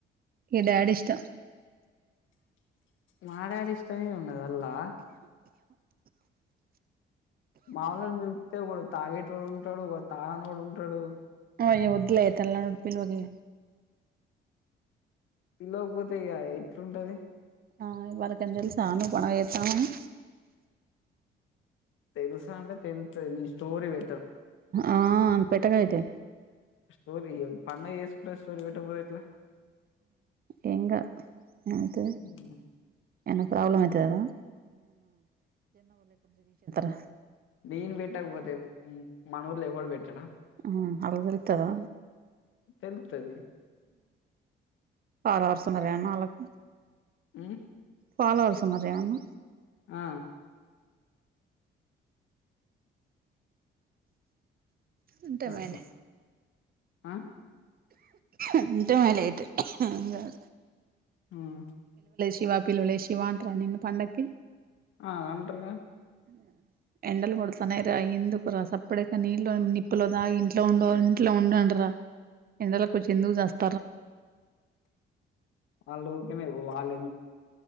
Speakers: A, on the right; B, on the left.
A: మి డాడీ ఇష్ట
B: మాడాడిష్టమే ఉండదల్లా మాముూలుని మిలిపితే ఒకడు తాగేటోడు ఉంటాడు ఒక తాగనోడు ఉంటాడు
A: ఓ అయ్యా వద్దులే తెలని
B: పిల్వకపోతే ఇగ ఎట్లుంటది.
A: ఆ వాళ్ళక్ ఏమన్న తెల్సా ను పండగ చేత్తాన్నవని
B: తెలుసా అంటే తెలుత్తది నీ స్టోరీ పె
A: ఆ పెట్టకైతే
B: స్టోరీ పండగ చేస్కుంటే స్టోరి పెట్టబుద్ అయితది.
A: ఏం కాద్ ఏం అయితది.
B: హ్మ్.
A: ఏమన్న ప్రాబ్లమ్ అయితదనా <unintelligible>
B: నేన్ పెట్టకపోతే మన ఊర్లో ఎవ్వడు పెట్టడా
A: మ్ ఆళ్ళు పిల్తరా
B: తెలుత్తది.
A: ఫాలోవర్స్ ఉన్నరా ఏమన్న ఆళ్ళకి
B: మ్
A: ఫాలోవర్స్ ఉన్నరా ఏమన్న
B: ఆ
A: ఉంటే ఏమైంది
B: అట్లా. ఆ
A: ఉంటే <unintelligible>
B: మ్మ్
A: శివా పిలవలే శివాన్ నిన్ను పండకి
B: ఆ అంటర్గా
A: అ ఎండలు కొడుతాన్నయిరా ఎందుకురా సప్పడకా నీళ్ళో నిప్పులో దాగి ఇంట్లో ఉండు ఇంట్లో ఉండ రా ఎండలకొచ్చి ఎందుక్ స
B: వాళ్ లోకనే వాళ్ళె